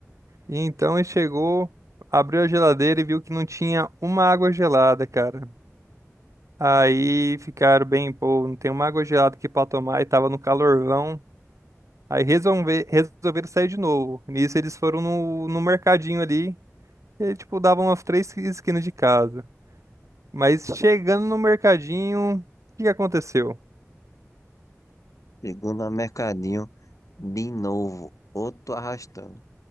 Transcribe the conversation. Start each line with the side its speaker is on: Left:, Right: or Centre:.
Right: E então ele chegou, abriu a geladeira e viu que não tinha uma água gelada, cara. Aí ficaram bem, pô, não tem uma água gelada aqui pra tomar e tava no calorvão. Aí resolve, resolveram sair de novo. Nisso eles foram no, no mercadinho ali. E aí, tipo, davam umas três esquinas de casa. Mas chegando no mercadinho, o que que aconteceu?
Left: Chegou no mercadinho de novo. Outro arrastão.